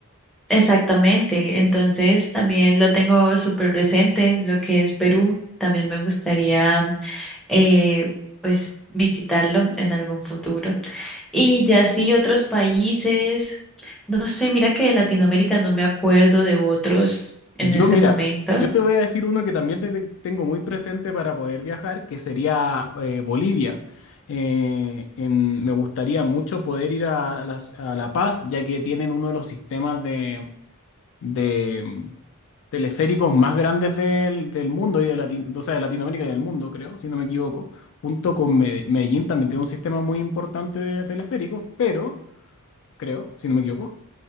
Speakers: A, in the centre; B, on the left.
A: Exactamente. Entonces también lo tengo súper presente, lo que es Perú. También me gustaría eh, pues visitarlo en algún futuro. Y ya sí, otros países, no sé, mira que de Latinoamérica no me acuerdo de otros en
B: Yo,
A: este
B: mira,
A: momento.
B: yo te voy a decir uno que también te- te- tengo muy presente para poder viajar, que sería eh, Bolivia. Eh, en- me gustaría mucho poder ir a, la, a La Paz, ya que tienen uno de los sistemas de, de, mm, teleféricos más grandes del, del mundo y de, Latin- o sea, de Latinoamérica y del mundo, creo, si no me equivoco. Junto con Mede- Medellín también tiene un sistema muy importante de teleféricos, pero creo, si no me equivoco.